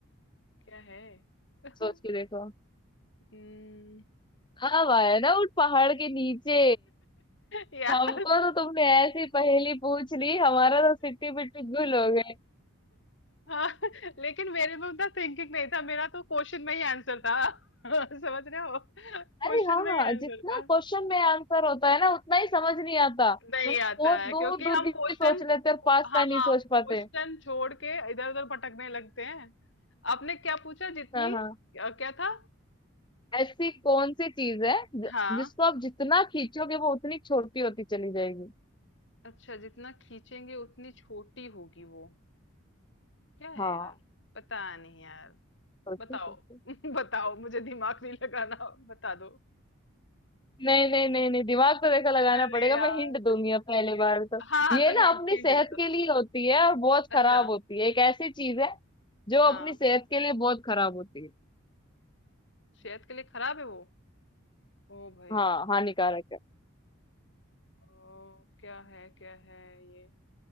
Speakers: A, on the left; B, on the left.
A: क्या है <laughs>
B: सोच के देखो
A: हम्म,
B: हाँ वाह है ना उस पहाड़ के नीचे
A: <laughs> यार
B: हमको तो तुमने ऐसी पहेली पूछ ली हमारा तो सिट्टी पिट्टी गुल हो गए
A: हाँ, लेकिन मेरे में उतना थिंकिंग नहीं था मेरा तो क्वेश्चन में ही आंसर था <laughs> समझ रहे हो क्वेश्चन
B: अरे हाँ
A: में ही आंसर
B: जितना
A: था
B: क्वेश्चन में आंसर होता है ना उतना ही समझ नहीं आता
A: नहीं
B: हम
A: आता
B: बहुत
A: है
B: दूर
A: क्योंकि
B: दूर
A: हम
B: की चीज़
A: क्वेश्चन
B: सोच लेते और पास
A: हाँ
B: का नहीं सोच पाते
A: क्वेश्चन छोड़ के इधर उधर भटकने लगते हैं आपने क्या पूछा जितनी
B: हाँ हाँ
A: अ, क्या था
B: ऐसी कौन सी चीज है ज-
A: हाँ
B: जिसको आप जितना खींचोगे वो उतनी छोटी होती चली जाएगी
A: अच्छा जितना खींचेंगे उतनी छोटी होगी वो क्या है
B: हाँ
A: यार पता नहीं यार
B: सोचो
A: बताओ
B: सोचो
A: <laughs> बताओ मुझे दिमाग नहीं लगाना बता दो
B: नहीं नहीं नहीं नहीं दिमाग तो देखो लगाना
A: अरे
B: पड़ेगा
A: यार
B: मैं हिंट दूंगी अब पहले बार तो
A: हाँ हाँ
B: ये
A: तो
B: ना
A: हिंट
B: अपनी
A: हिंट
B: सेहत
A: दे दो
B: के लिए होती है और बहुत
A: अच्छा
B: खराब होती है एक ऐसी चीज है जो अपनी
A: हाँ
B: सेहत के लिए बहुत खराब होती है
A: सेहत के लिए खराब है वो ओ भाई
B: हाँ हानिकारक है
A: ओ क्या है क्या है ये